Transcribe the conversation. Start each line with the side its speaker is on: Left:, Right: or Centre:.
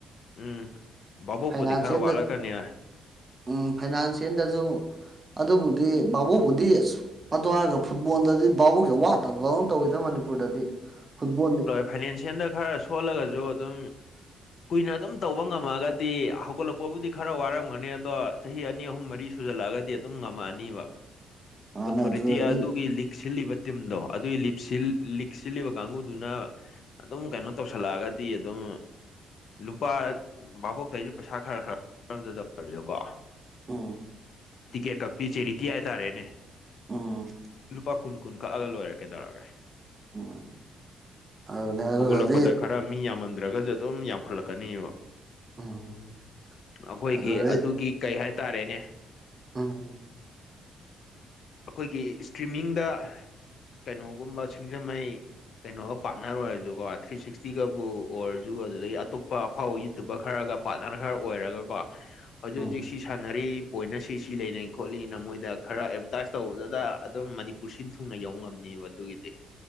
Left: ꯎꯝ ꯚꯥꯕꯣꯛꯄꯨꯗꯤ
Right: ꯐꯥꯏꯅꯥꯟꯁꯤꯌꯦꯜꯗ
Left: ꯈꯔ ꯋꯥꯠꯂꯛꯀꯅꯤ ꯍꯥꯏ
Right: ꯎꯝ ꯐꯥꯏꯅꯥꯟꯁꯤꯌꯦꯜꯗꯁꯨ ꯑꯗꯨꯕꯨꯗꯤ ꯚꯥꯕꯨꯕꯨꯗꯤ ꯑꯁ ꯑꯗꯨꯋꯥꯔꯒ ꯐꯨꯠꯕꯣꯜꯗꯗꯤ ꯚꯥꯕꯣꯛꯁꯦ ꯋꯥꯠꯇꯕꯅ ꯇꯧꯋꯤꯗ ꯃꯅꯤꯄꯨꯔꯗꯗꯤ ꯐꯨꯠꯕꯣꯜꯅꯤ
Left: ꯐꯥꯏꯅꯥꯟꯁꯤꯑꯜꯗ ꯈꯔ ꯁꯣꯜꯂꯒꯁꯨ ꯑꯗꯨꯝ ꯀꯨꯏꯅ ꯑꯗꯨꯝ ꯇꯧꯕ ꯉꯝꯃꯒꯗꯤ ꯍꯧꯒꯠꯂꯛꯄꯕꯨꯗꯤ ꯈꯔ ꯋꯥꯔꯝꯒꯅꯤ ꯑꯗꯣ ꯆꯍꯤ ꯑꯅꯤ ꯑꯍꯨꯝ ꯃꯔꯤ ꯁꯨꯖꯜꯂꯛꯑꯒꯗꯤ ꯑꯗꯨꯝ ꯉꯝꯃꯛꯑꯅꯤꯕ
Right: ꯃꯥꯅꯦ
Left: ꯑꯣꯊꯣꯔꯤꯇꯤ
Right: ꯑꯗꯨꯗꯗꯤ
Left: ꯑꯗꯨꯒꯤ ꯂꯤꯛ ꯁꯤꯜꯂꯤꯕ ꯇꯤꯝꯗꯣ ꯑꯗꯨꯒꯤ ꯂꯤꯞ ꯂꯤꯛ ꯁꯤꯜꯂꯤꯕ ꯀꯥꯡꯒꯗꯨꯅ ꯑꯗꯨꯝ ꯀꯩꯅꯣ ꯇꯧꯁꯜꯂꯛꯑꯒꯗꯤ ꯑꯗꯨꯝ ꯂꯨꯄꯥ ꯚꯥꯕꯣꯛꯇ ꯑꯩꯁꯨ ꯄꯩꯁꯥ ꯈꯔ ꯈꯔꯁꯨ ꯀꯣ
Right: ꯎꯝ
Left: ꯇꯤꯀꯦꯠ ꯀꯛꯄꯤ ꯆꯦꯔꯤꯇꯤ ꯍꯥꯏꯇꯥꯔꯦꯅꯦ
Right: ꯎꯝ
Left: ꯂꯨꯄꯥ ꯀꯨꯟ ꯀꯨꯟ ꯀꯛꯑꯒ ꯂꯣꯏꯔꯛꯀꯩ ꯇꯧꯔꯒꯦ
Right: <unintelligible>
Left: ꯍꯧꯒꯠꯂꯛꯄꯗ ꯈꯔ ꯃꯤ ꯌꯥꯝꯃꯝꯗ꯭ꯔꯒꯁꯨ ꯑꯗꯨꯝ ꯌꯥꯝꯈꯠꯂꯛꯀꯅꯤꯕ
Right: ꯎꯝ
Left: ꯑꯩꯈꯣꯏꯒꯤ
Right: ꯑꯗꯨꯗꯤ
Left: ꯑꯗꯨꯒꯤ ꯀꯩ ꯍꯥꯏꯇꯥꯔꯦꯅꯦ
Right: ꯎꯝ
Left: ꯑꯩꯈꯣꯏꯒꯤ ꯏꯁꯇ꯭ꯔꯤꯃꯤꯡꯗ ꯀꯩꯅꯣꯒꯨꯝꯕ ꯁꯤꯡꯖꯃꯩ ꯀꯩꯅꯣꯒ ꯄꯥꯔꯠꯅꯔ ꯑꯣꯏꯔꯁꯨꯀꯣ ꯊ꯭ꯔꯤ ꯁꯤꯛꯁꯇꯤꯒꯕꯨ ꯑꯣꯏꯔꯁꯨ ꯑꯗꯨꯗꯩ ꯑꯇꯣꯞꯄ ꯐꯧ ꯌꯨꯇꯨꯕꯔ ꯈꯔꯒ ꯄꯥꯔꯠꯅꯔ ꯈꯔ ꯑꯣꯏꯔꯒ ꯀꯣ ꯍꯧꯖꯤꯛ
Right: ꯎꯝ
Left: ꯍꯧꯖꯤꯛ ꯁꯤ ꯁꯥꯟꯅꯔꯤ ꯄꯣꯏꯅ ꯁꯤ ꯁꯤ ꯂꯩꯔꯤ ꯈꯣꯠꯂꯤꯅ ꯃꯣꯏꯗ ꯈꯔ ꯑꯦꯗꯚꯔꯇꯥꯏꯁ ꯇꯧꯕꯗꯨꯗ ꯑꯗꯨꯝ ꯃꯅꯤꯄꯨꯔ ꯁꯤꯟ ꯊꯨꯡꯅ ꯌꯧꯕ ꯉꯝꯅꯦꯕ ꯑꯗꯨꯒꯤꯗꯤ